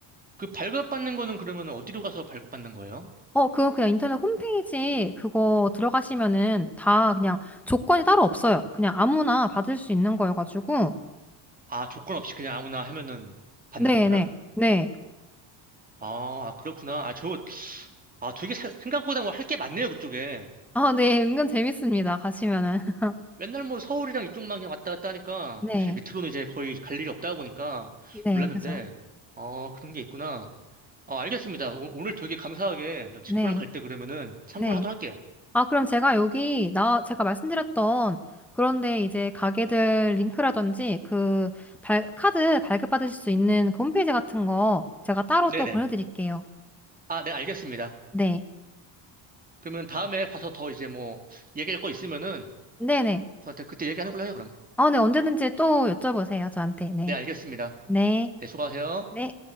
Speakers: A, on the right; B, in the centre.
A: 그 발급받는 거는 그러면 어디로 가서 발급받는 거예요?
B: 어, 그거 그냥 인터넷 홈페이지 그거 들어가시면은 다 그냥 조건이 따로 없어요. 그냥 아무나 받을 수 있는 거여가지고.
A: 아, 조건 없이 그냥 아무나 하면은 받는
B: 네네.
A: 건가요?
B: 네. 네.
A: 아, 아, 그렇구나. 아, 저, 아, 되게 세- 생각보다 뭐 할 게 많네요, 그쪽에.
B: 아, 네. <laughs> 은근 재밌습니다. 가시면은. <laughs>
A: 맨날 뭐 서울이랑 이쪽만 그냥 왔다 갔다 하니까
B: 네.
A: 사실 밑으로는 이제 거의 갈 일이 없다 보니까
B: 네.
A: 몰랐는데,
B: 그죠.
A: 어, 그런 게 있구나. 어, 알겠습니다. 오, 오늘 되게 감사하게 저 친구랑
B: 네.
A: 갈 때 그러면은 참고를
B: 네.
A: 하도록 할게요.
B: 아, 그럼 제가 여기 나, 제가 말씀드렸던 그런데 이제 가게들 링크라든지 그 발, 카드 발급받으실 수 있는 그 홈페이지 같은 거 제가 따로
A: 네네.
B: 또 보내드릴게요.
A: 아, 네, 알겠습니다.
B: 네.
A: 그러면 다음에 봐서 더 이제 뭐 얘기할 거 있으면은
B: 네네.
A: 저한테 그때 얘기하는 걸로 해요, 그럼.
B: 아, 네. 언제든지 또 여쭤보세요. 저한테. 네.
A: 네, 알겠습니다.
B: 네.
A: 네, 수고하세요.
B: 네.